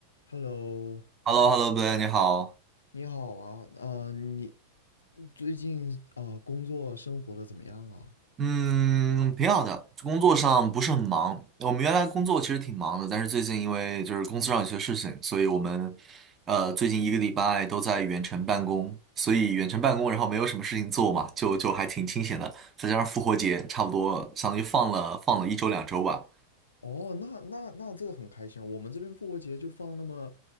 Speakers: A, on the left; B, on the right.
A: Hello，
B: h e l l o h e l l o 呗你好。
A: 你好啊，呃，你最近啊、呃工作生活的怎么样啊？
B: 嗯，挺好的，工作上不是很忙。我们原来工作其实挺忙的，但是最近因为就是公司上有些事情，所以我们呃最近一个礼拜都在远程办公，所以远程办公，然后没有什么事情做嘛，就就还挺清闲的。再加上复活节，差不多相当于放了放了一周两周吧。
A: 哦，那那那这个很开心啊，我们这边复活节就放那么